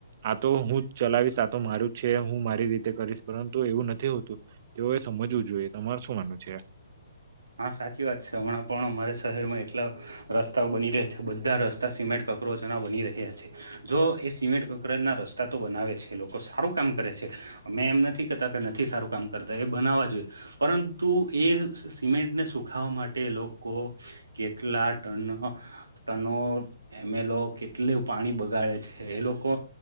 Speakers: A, on the right; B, on the right.
A: આ તો હું જ ચલાવીશ આ તો મારું જ છે હું મારી રીતે ક -- કરીશ પરંતુ એવું નથી હોતું તેઓએ સમજવું જોઈએ તમારે શું માનું છે?
B: હા સાચી વાત છે હમણાં પણ અમારા શહેરમાં એટલા રસ્તાઓ બની રહે્યા- - બધા રસ્તા સિમેન્ટ કકરોજ ના બની રહ્યા છે જો એ સિમેન્ટ કકરોજ ના રસ્તા તો બનાવે છે- - એ લોકો સારું કામ કરે છે અમે એમ નથી કરતા કે નથી સારું કામ કરતા એ બનાવા જોઈએ પરંતુ- - તું એ- - સિમેન્ટને સુખાવા માટે લોકો કેટલા ટનો ટનો એમે લોકો કેટલુ પાણી બગાડે છે એ લોકો